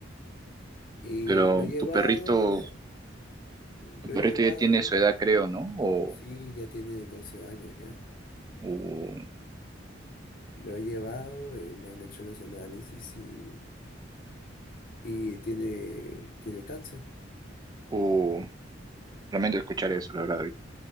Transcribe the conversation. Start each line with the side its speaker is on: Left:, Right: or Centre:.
Left: Y
Right: Pero
Left: lo he llevado,
Right: tu perrito,
Left: le- lo
Right: tu perrito
Left: he llevado,
Right: ya tiene su edad, creo, ¿no? O,
Left: sí, ya tiene 12 años ya.
Right: o,
Left: Lo he llevado, eh, le han hecho los análisis y, y tiene, tiene cáncer.
Right: o- lamento escuchar eso, la verdad, David.